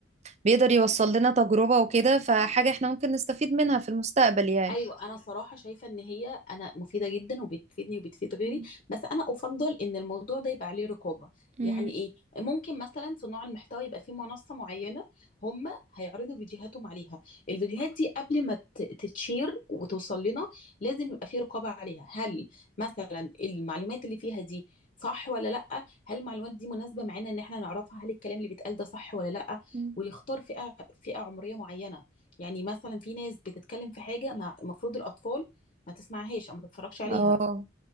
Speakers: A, on the right; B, on the left.
A: بيقدر يوصل لنا تجربة وكده فحاجة احنا ممكن نستفيد منها في المستقبل يعني
B: ايوه انا صراحه شايفه ان هي انا مفيده جدا وبتفيدني وبتفيد غيري
A: مم.
B: بس انا افضل ان الموضوع ده يبقى عليه رقابه
A: مم.
B: يعني ايه ممكن مثلا صناع المحتوى يبقى في منصه معينه هم هيعرضوا فيديوهاتهم عليها الفيديوهات دي قبل ما ت- تتشير وتوصل لنا لازم يبقى في رقابه عليها هل مثلا المعلومات اللي فيها دي صح ولا لا هل المعلومات دي مناسبه معانا ان احنا نعرفها هل الكلام اللي بيتقال ده صح ولا لا
A: مم.
B: ويختار فئه فئه عمريه معينه يعني مثلا في ناس بتتكلم في حاجة ما- المفروض الأطفال ما تسمعهاش أو ما تتفرجش عليها
A: اه